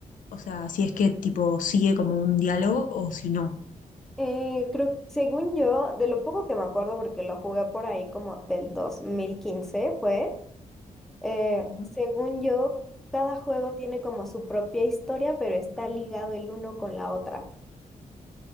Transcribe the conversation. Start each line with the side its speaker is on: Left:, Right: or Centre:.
Left: O sea, si es que tipo sigue como un diálogo o si no.
Centre: Eh, creo, según yo, de lo poco que me acuerdo, porque lo jugué por ahí como del 2015, fue, eh,
Left: Ujú.
Centre: según yo, cada juego tiene como su propia historia, pero está ligado el uno con la otra.